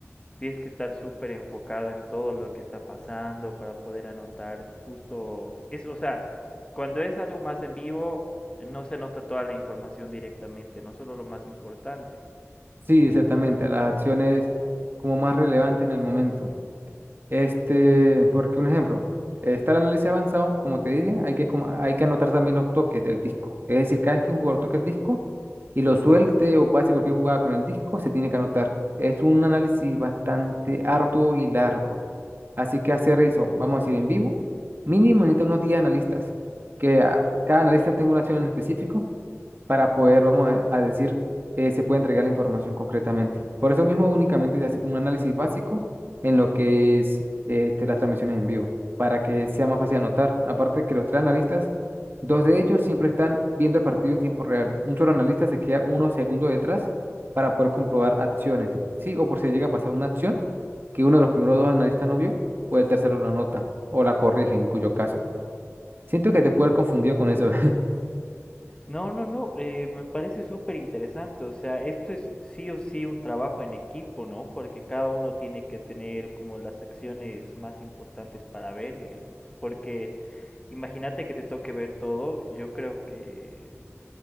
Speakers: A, on the left; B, on the right.
A: tienes que estar súper enfocado en todo lo que está pasando para poder anotar justo, es, o sea, cuando es algo más en vivo, no se nota toda la información directamente, no solo lo más importante.
B: Sí, exactamente, las acciones como más relevantes en el momento. Este, porque un ejemplo, está el análisis avanzado, como te dije, hay que, como- hay que anotar también los toques del disco. Es decir, cada vez que un jugador toque el disco y lo suelte o pase cualquier jugada con el disco, se tiene que anotar. Es un análisis bastante arduo y largo. Así que hacer eso, vamos a decir en vivo, mínimo necesita unos 10 analistas, que a- cada analista tenga una acción en específico para poder, vamos a, a decir, eh, se puede entregar la información concretamente. Por eso mismo únicamente se hace como un análisis básico en lo que es este, las transmisiones en vivo, para que sea más fácil anotar. Aparte que los tres analistas, dos de ellos siempre están viendo el partido en tiempo real. Un solo analista se queda unos segundos detrás para poder comprobar acciones, ¿sí? O por si llega a pasar una acción que uno de los primeros dos analistas no vio, o el tercero la anota, o la corrige en cuyo caso. Siento que te puede haber confundido con eso.
A: No, no, no, eh, me parece súper interesante, o sea, esto es sí o sí un trabajo en equipo, ¿no? Porque cada uno tiene que tener como las acciones más importantes para ver, digamos, porque imagínate que te toque ver todo, yo creo que,